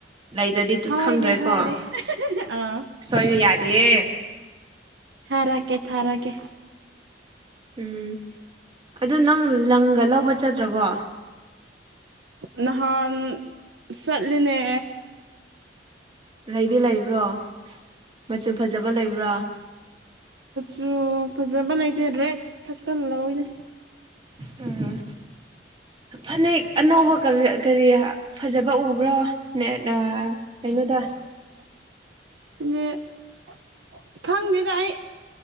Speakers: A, on the right (about 30°); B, on the right (about 75°).
A: ꯂꯩꯗ꯭ꯔꯗꯤ
B: ꯍꯣꯏꯅꯦ
A: ꯈꯪꯗ꯭ꯔꯦꯀꯣ
B: ꯍꯣꯏꯅꯦ ꯑꯥ
A: ꯁꯣꯏꯔꯦ ꯌꯥꯗꯦ ꯍꯦ
B: ꯊꯥꯔꯛꯀꯦ ꯊꯥꯔꯥꯒꯦ
A: ꯎꯝ ꯑꯗꯨ ꯅꯪ ꯂꯪꯒ ꯂꯧꯕ ꯆꯠꯇ꯭ꯔꯕꯣ
B: ꯅꯍꯥꯟ ꯆꯠꯂꯤꯅꯦ
A: ꯂꯩꯗꯤ ꯂꯩꯕ꯭ꯔꯣ ꯃꯆꯨ ꯐꯖꯕ ꯂꯩꯕ꯭ꯔꯥ
B: ꯎꯝ ꯐꯖꯕ ꯂꯩꯇꯦ ꯔꯦꯠ ꯈꯇꯪ ꯂꯧꯋꯤꯅꯦ <unintelligible>
A: ꯎꯝ ꯐꯅꯦꯛ ꯑꯅꯧꯕ ꯀꯔ ꯀꯔꯤ ꯐꯖꯕ ꯎꯕ꯭ꯔꯣ ꯅꯦꯛ ꯑꯥ ꯀꯩꯅꯣꯗ
B: <unintelligible> ꯈꯪꯗꯦꯗ ꯑꯩ